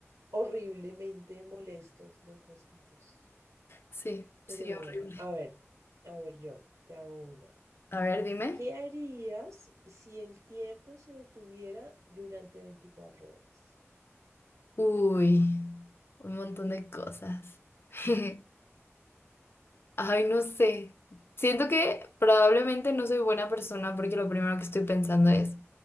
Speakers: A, on the right; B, on the left.
A: horriblemente molestos los mosquitos.
B: Sí,
A: Pero
B: sí, horrible.
A: bueno, a ver, a ver yo, te hago una.
B: A ver, dime.
A: ¿Qué harías si el tiempo se detuviera durante 24 horas?
B: Uy, un montón de cosas. <laughs> Ay, no sé. Siento que probablemente no soy buena persona porque lo primero que estoy pensando es,